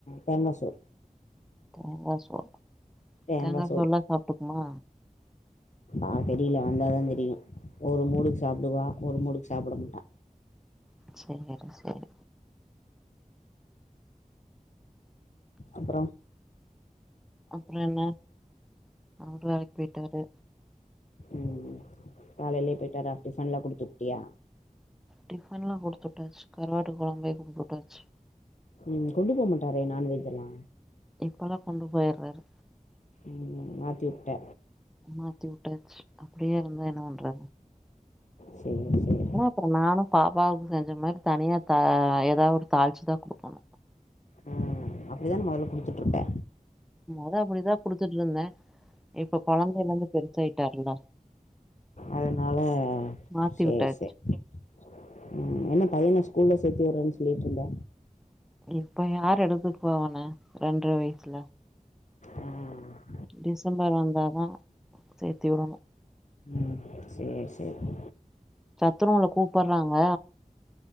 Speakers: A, on the left; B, in the centre.
A: தேங்கா சோறு
B: தேங்கா சோறு
A: தேங்காய்
B: தேங்கா சோறுல்லா சாப்ட்டுக்குமா
A: அ தெரியல வந்தாதா தெரியு ஒரு மூடுக்கு சாப்டுவா ஒரு மூடுக்கு சாப்ட மாட்டா
B: சேரி சேரி
A: அப்பறோ
B: அப்பறோ என்ன அவரு வேலைக்கு போயிட்டாரு
A: ம் காலையிலயே போயிட்டாரா டிஃபன்எல்லா குடுத்து உட்டியா
B: டிஃபன்ல்லா குடுத்து வுட்டாச்சு கருவாட்டு கொழம்பே குடுத்து வுட்டாச்சு
A: ம் கொண்டு போமாட்டாரே நான்வெஜ்ல்லா
B: இப்பல்லா கொண்டு போயிடுறாரு
A: ம் மாத்தி விட்டே
B: மாத்தி வுட்டாச்சு அப்டியே இருந்தா என்ன பண்றது
A: சேரி சேரி
B: அப்பறோ நானு பாப்பாவுக்கு செஞ்ச மாரி தனியா த ஏதாவது தாளிச்சுதா குடுக்கணு
A: ம் அப்டித்தான மொதல்ல குடித்துட்டுருப்பே
B: மொத அப்டிதா குடுத்துட்டு இருந்தே இப்ப கொழந்த எல்லாமே பெருசாயிட்டாங்கல்ல
A: அதனால
B: மாத்தி
A: சேரி
B: விட்டாச்சு
A: சேரி ம் என்ன பையன ஸ்கூல்ல சேத்தி விடுறேன்னு சொல்லிட்டுருந்த
B: இப்ப யாரு எடுத்துட்டு போவன ரெண்டற வயசுல
A: ம் ம்
B: டிசம்பர் வந்தாதா சேத்தி விடணு
A: ம் சேரி சேரி
B: சத்துணவுல கூப்டறாங்க